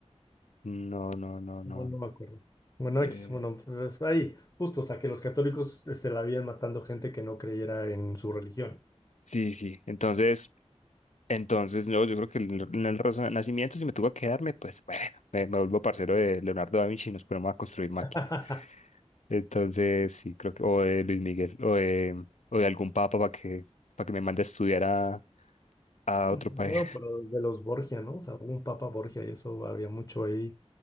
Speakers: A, on the left; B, on the left.
A: no, no, no,
B: No,
A: no.
B: no me acuerdo. Bueno,
A: Eh,
B: X, bueno, pues, ahí, justo, o sea, que los católicos se la habían matando gente que no creyera en su religión.
A: sí, sí. Entonces, entonces, no, yo creo que en el- en el Renacimiento, si me tuvo que quedarme, pues bueno, me, me vuelvo parcero de Leonardo da Vinci y nos ponemos a construir máquinas.
B: <laughs>
A: Entonces, sí, creo que, o de Luis Miguel, o de, o de algún papa para que, para que me mande a estudiar a, a
B: Bueno,
A: otro país.
B: pero de los Borgia, ¿no? O sea, hubo un Papa Borgia y eso había mucho ahí,